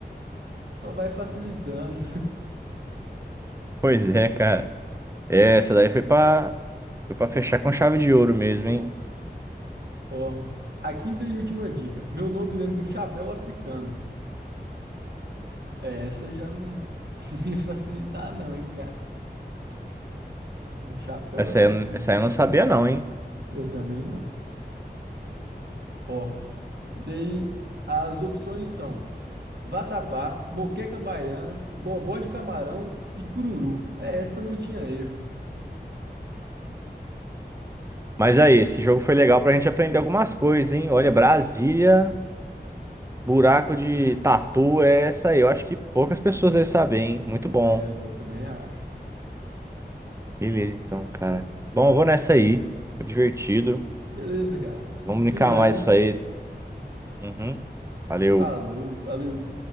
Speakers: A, on the right (about 70°); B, on the right (about 15°).
A: Só vai facilitando.
B: Pois é, cara. É,
A: <laughs> Tá.
B: Essa daí foi pra, foi pra fechar com chave de ouro mesmo, hein?
A: Ó, a quinta e última dica. Meu nome lembra um chapéu africano. É, Essa já não, <laughs> não ia facilitar não, hein, cara. Um chapéu
B: Essa
A: africano.
B: aí, eu não- essa aí eu não sabia não, hein?
A: Eu também não. Ó, e daí as opções são vatapá, moqueca baiana, bobó de camarão e cururu. É, essa não tinha erro.
B: Mas aí, esse jogo foi legal pra gente aprender algumas coisas, hein? Olha, Brasília, buraco de tatu, é essa aí. Eu acho que poucas pessoas devem saber, hein? Muito bom.
A: É, eu também acho.
B: Beleza, então, cara. Bom, eu vou nessa aí. Foi divertido.
A: Beleza, cara.
B: Vamos
A: Obrigado,
B: brincar mais
A: hein?
B: isso aí. Uhum. Valeu.
A: Falou, valeu.